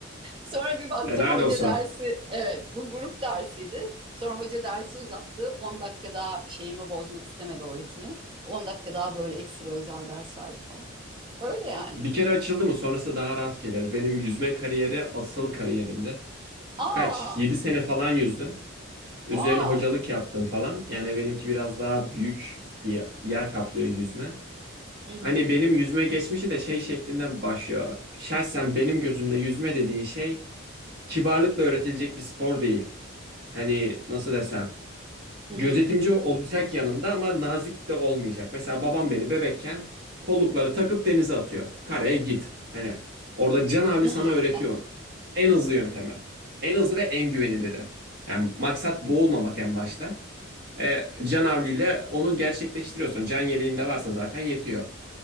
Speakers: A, on the right; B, on the right.
A: Sonra bir baktım
B: Helal
A: hoca
B: olsan.
A: dersi, evet bu grup dersiydi. Sonra hoca dersi uzattı. 10 dakika daha şeyimi bozmak istemedi o ritmi. 10 dakika daha böyle ekstra özel ders verdi falan. Öyle yani.
B: Bir kere açıldı mı sonrası daha rahat gelir. Benim yüzme kariyeri asıl kariyerimdi.
A: Aa,
B: Kaç? yedi sene falan yüzdüm. Üzerine
A: wow.
B: hocalık yaptım falan. Yani benimki biraz daha büyük bir yer kaplıyor yüzme.
A: Hı hı.
B: Hani benim yüzme geçmişi de şey şeklinde başlıyor. Şahsen benim gözümde yüzme dediği şey kibarlıkla öğretilecek bir spor değil. Hani nasıl desem?
A: Hı
B: Gözetimci
A: hı.
B: olacak yanında ama nazik de olmayacak. Mesela babam beni bebekken kollukları takıp denize atıyor. Karaya git. Hani orada canavli
A: <laughs>
B: sana öğretiyor onu. En hızlı yöntemi. En hızlı ve en güveniliri. Yani maksat boğulmamak en başta. E, canavliyle onu gerçekleştiriyorsun. Can yeleğinde varsa zaten yetiyor.